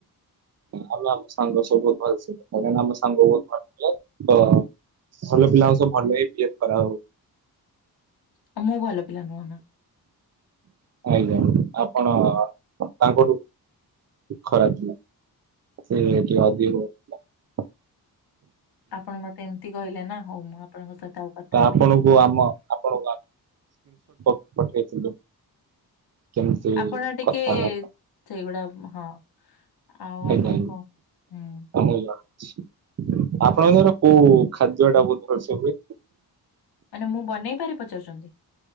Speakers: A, on the right (about 45°); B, on the left (about 80°).
A: ଆମେ ଆମ ସାଙ୍ଗ ସବୁ ଭଲସେ କଥା ହେଇଥାନ୍ତୁ, ଆମ ସାଙ୍ଗ ସବୁ ବହୁତ ଭଲ ପିଲା ତ ଭଲ ପିଲାଙ୍କ ସହ ଭଲ ହିଁ ବିହେବ କରାହବ।
B: ଆଉ ମୁଁ ଭଲ ପିଲା ନୁହଁ ନା?
A: ଆଜ୍ଞା, ଆପଣ ତାଙ୍କଠୁ ଖରାପ ପିଲା ସେ ଟିକେ ଅଧିକ ଭଲପିଲା।
B: ଆପଣ ମତେ ଏମତି କହିଲେ ନା ହଉ ମୁଁ ଆପଣଙ୍କ ସହିତ ଆଉ କଥା
A: ତ
B: ହେବିନି।
A: ଆପଣଙ୍କୁ ଆମ ଆପଣଙ୍କୁ ଆମେ <unintelligible> କେମିତି
B: ଆପଣ ଟିକେ
A: କଥାବାର୍ତ୍ତା
B: ସେଇଗୁଡା ହଁ। ଆଉ
A: ହୋଇ
B: ଆପଣ କଣ ହୁଁ
A: ଆମ <unintelligible> ଆପଣଙ୍କର କୋଉ ଖାଦ୍ୟ ଟା ବହୁତ ସେ ହୁଏ।
B: ମାନେ ମୁଁ ବନେଇପାରେ ପଚାରୁଛନ୍ତି?